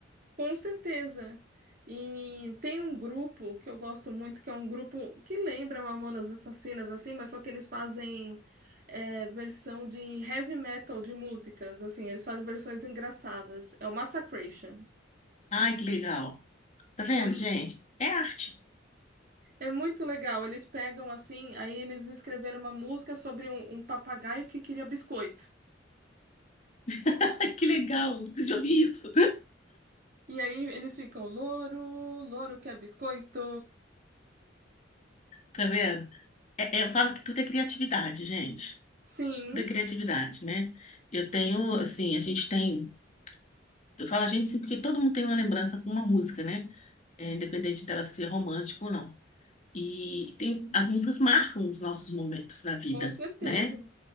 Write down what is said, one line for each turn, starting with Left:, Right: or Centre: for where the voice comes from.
Right: Com certeza. E tem um grupo que eu gosto muito, que é um grupo que lembra Mamonas Assassinas, assim, mas só que eles fazem é, versão de heavy metal de músicas, assim, eles fazem versões engraçadas. É o Massacration.
Left: Ai, que legal. Tá vendo,
Right: É, mu-
Left: gente? É arte.
Right: é muito legal. Eles pegam assim, aí eles escreveram uma música sobre um, um papagaio que queria biscoito.
Left: <laughs> Ai, Que legal, eu preciso de ouvir isso.
Right: E aí eles ficam, louro, louro quer biscoito.
Left: Tá vendo? É- é, eu falo que tudo é criatividade, gente.
Right: Sim,
Left: Tudo é criatividade, né? Eu tenho, assim, a gente tem. Eu falo a gente assim, porque todo mundo tem uma lembrança com uma música, né? É, independente dela ser romântica ou não. E tem, as músicas marcam os nossos momentos na vida,
Right: com certeza.
Left: né?